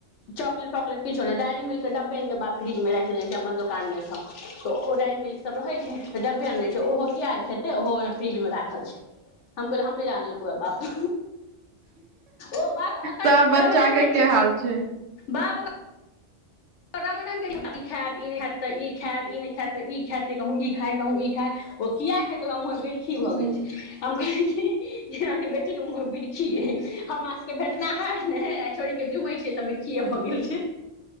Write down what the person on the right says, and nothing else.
सब बच्चा
हाल छै
हँ